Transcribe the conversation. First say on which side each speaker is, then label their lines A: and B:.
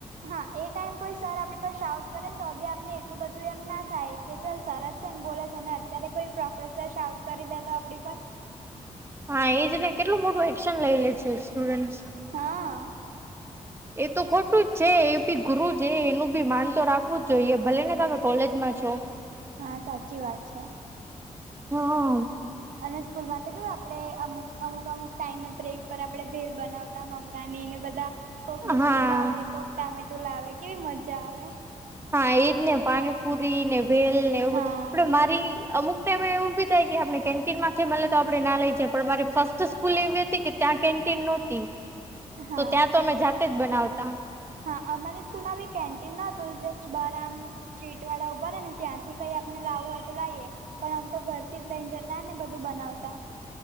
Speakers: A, on the right; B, on the right.
A: હાએ ટાઈમ કોઈ સર આપડી પાસે આઉટ કરેને તો અી આપને એટલું બધું એમના થાય કે ચલ સરાજ છે ને બોલે છે અને અત્યારે કોઈ પ્રોફેસર શાઉટ કરી દેતો આપડી પર
B: હા એજને કેટલું મોટું એક્શન લઇ લે છે સ્ટુડન્ટસ.
A: હા
B: એ તો ખોટું જ છે એ બી ગુરુ છે એનું બી માન તો રાખવું જ જોઈએ ભલે ને તમે કોલેજ માં છો.
A: હા, સાચી વાત છે.
B: હ
A: અને સ્કૂલ માં તો કેવું આપડે અમુક અમુક અમુક ટાઈમે બ્રેક પર આપડે ભેલ બનાવ તા બનાવતા મમરાની ને બધા કોક ડુંગળી
B: હા
A: લાવે એકક ટામેટો લાવે કેવી મજા આવે.
B: હા એજ ને પાણીપુરી ને ભેલ ને એવું
A: હા
B: બધું આપડે મારી અમુક ટાઈમેં એવું એવું ભી થાય કે આપડે કેન્ટીનમાથી મલે તો આપડે ના લઈએ પણ મારી ફર્સ્ટ સ્કૂલ એવી હતી કે ત્યાં કેન્ટીન નહોતી.
A: હા
B: તો ત્યાં તો અમે જાતેજ બનાવતા?
A: હા, અમારી સ્કૂલમાં બી કેન્ટીન નતું જસ્ટ બાર આમ સ્ટ્રીટ વાળા ઉભા રેને ત્યાંથી કઈ આપને લાવું હોય તો લાઈએ. પણ આમતો ઘરથી જ લઈને જતા ને બધું બનાવતા.